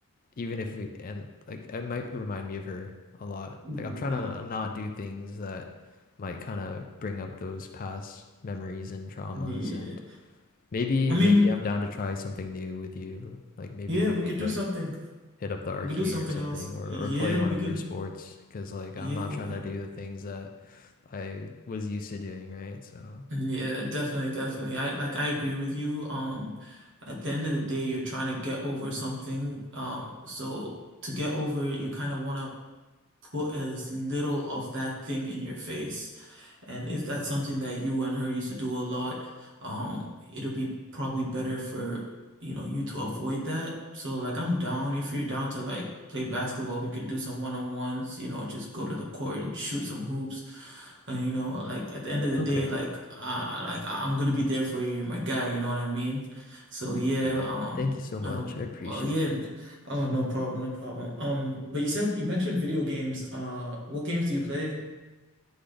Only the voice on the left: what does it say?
even if we and like it might remind me of her a lot.
Like I'm trying to not do things that might kind of bring up those past memories and traumas,
and maybe
maybe
I'm down to try something new with you. Like maybe
we
could
like
hit up the arcade
or something
or,
or play one
of
your sports because like
I'm not trying to do the things that I was used to doing, right? So
okay.
All right.
Thank you so much.
I appreciate
you.